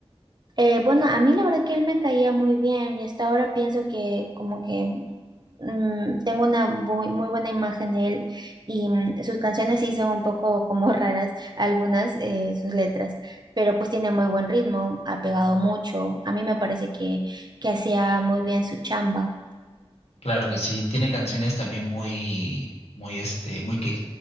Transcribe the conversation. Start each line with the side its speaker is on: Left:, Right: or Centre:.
Right: Eh, bueno, a mí la verdad que él me caía muy bien y hasta ahora pienso que como que mm, tengo una muy, muy buena imagen de él y mm, sus canciones sí son un poco como <laughs> raras, algunas eh, sus letras, pero pues tiene muy buen ritmo, ha pegado mucho, a mí me parece que, que hacía muy bien su chamba.
Left: Claro que sí, tiene canciones también muy, muy, este, muy que,